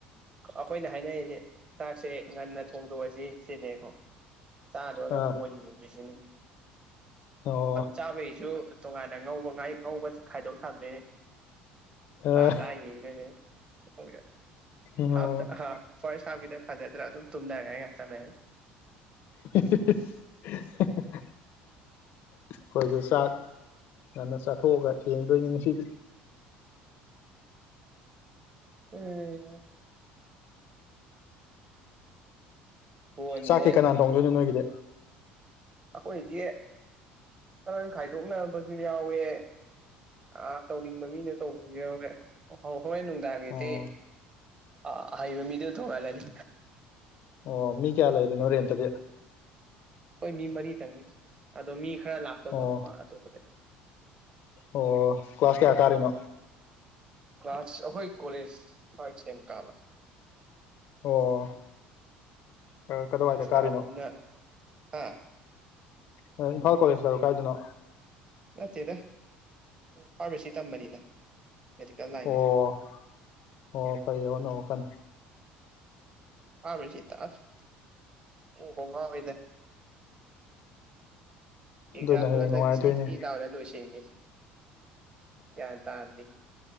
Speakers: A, on the right (about 25°); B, on the left (about 55°).
A: ꯑꯩꯈꯣꯏꯅ ꯍꯥꯏꯅꯔꯤꯁꯦ ꯆꯥꯛꯁꯦ ꯉꯟꯅ ꯊꯣꯡꯗꯣꯛꯑꯁꯤ ꯁꯤꯅꯦꯀꯣ ꯆꯂꯨ ꯍꯕ
B: ꯑꯥ
A: ꯣꯂꯤ ꯍꯥꯏꯁꯤꯅ
B: ꯑꯣ
A: ꯆꯥꯕꯒꯤꯁꯨ ꯇꯣꯉꯥꯟꯅ ꯉꯧꯕ ꯉꯥꯏ ꯉꯧꯕ ꯈꯥꯏꯗꯣꯛ ꯊꯝꯗꯣꯏꯅꯦ
B: ꯑꯣ
A: ꯆꯥ ꯆꯥ ꯌꯦꯡꯗꯣꯏꯅꯦ <unintelligible>
B: ꯑꯩꯈꯣꯏꯁꯨ
A: ꯍꯥꯞ ꯍꯥ ꯐꯁ ꯍꯥꯐꯕꯤꯗ ꯐꯥꯖ ꯔ ꯇꯣ ꯇꯝꯗ ꯀꯥꯏ ꯉꯆꯅꯦ
B: <unintelligible> ꯑꯩꯈꯣꯏꯁꯨ ꯆꯥꯛ ꯉꯟꯅ ꯆꯥꯊꯣꯛꯑꯒ ꯌꯦꯡꯗꯣꯏꯅꯤ ꯉꯁꯤꯗꯤ
A: ꯎꯝ ꯄꯣꯏꯟꯖꯦ
B: ꯆꯥꯛꯇꯤ ꯀꯅꯥꯅ ꯊꯣꯡꯗꯣꯏꯅꯣ ꯅꯣꯏꯒꯤꯗꯤ
A: ꯑꯈꯣꯏꯗꯤ ꯇꯔꯪ ꯈꯥꯏꯗꯣꯛꯅꯕꯁꯨ ꯌꯥꯎꯋꯦ ꯑꯥ ꯇꯧꯅꯤꯡꯕ ꯃꯤꯅ ꯇꯧꯕꯁꯨ ꯌꯥꯎꯔꯦ ꯑꯣꯍꯣ ꯍꯣꯔꯦꯟ ꯅꯨꯡꯗꯥꯡꯒꯤꯗꯤ
B: ꯑꯣ
A: ꯑꯥ ꯑꯍꯩꯕ ꯃꯤꯗꯨꯅ ꯊꯣꯡꯍꯜꯂꯅꯤ
B: ꯑꯣ ꯃꯤ ꯀꯌꯥ ꯂ ꯂꯩꯥꯏꯔꯤ ꯅꯣꯔꯦ ꯇꯗꯤ
A: ꯑꯩꯣꯏ ꯃꯤ ꯃꯔꯤ ꯇ ꯃꯤꯗ ꯑꯗꯣ ꯃꯤ ꯈꯔ ꯂꯥꯛꯇꯧꯕ
B: ꯑꯣ
A: ꯃꯄꯥꯟ ꯑꯇꯣꯞꯄꯗꯩ
B: ꯑꯣ ꯀ꯭ꯂꯥꯁ ꯀꯌꯥ ꯀꯥꯔꯤꯅꯣ
A: ꯀ꯭ꯂꯥꯁ ꯑꯩꯈꯣꯏ ꯀꯣꯂꯦꯖ ꯐꯔ ꯀꯜ
B: ꯑꯣ ꯀꯗꯥꯏꯗ
A: ꯀ ꯏꯁꯀꯥꯕꯗꯅ
B: ꯀꯥꯔꯤꯅꯣ
A: ꯍꯥꯥ
B: ꯏꯝꯥꯜꯣꯂꯦꯖ ꯇꯔ ꯀꯥꯏꯗꯅꯣ
A: ꯅꯠꯇꯦꯗ ꯐꯥꯔꯃꯥꯁꯤ ꯇꯝꯕꯅꯤꯗ ꯃꯦꯗꯤꯀꯦꯜ ꯂꯥꯏꯟꯒꯤꯗꯣ
B: ꯑꯣ ꯑꯣ ꯐꯌꯦ ꯍꯣꯠꯅꯅꯕ ꯀꯥꯟꯅꯤ
A: ꯍꯥꯥꯕꯁꯤ ꯇꯥꯁ ꯎ ꯀꯉ ꯑꯣꯏꯗ ꯑꯦꯛꯖꯥꯝꯁꯨ
B: ꯑꯗꯨꯅ ꯍꯌꯦꯡ
A: ꯍꯟꯗꯛ
B: ꯅꯨꯡꯉꯥꯏꯗꯣꯏꯅꯦ
A: ꯆꯤ ꯆꯤ ꯂꯥꯎꯔ ꯂꯣꯏꯁꯟꯈꯤ ꯌꯥꯟ ꯇꯗꯔꯤ